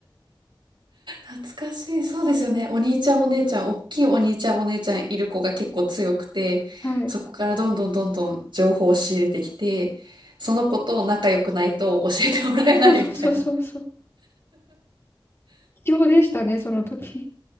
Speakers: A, on the right; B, on the left.
A: 懐かしい。そうですよね。
B: <laughs>
A: お兄ちゃんお姉ちゃん、おっきいお兄ちゃんお姉ちゃんいる子が結構強くて、
B: はい。
A: そこからどんどんどんどん情報を仕入れてきて、その子と仲良くないと教えてもらえないみたいな。
B: そうそうそうそうそう。貴重でしたね、その時。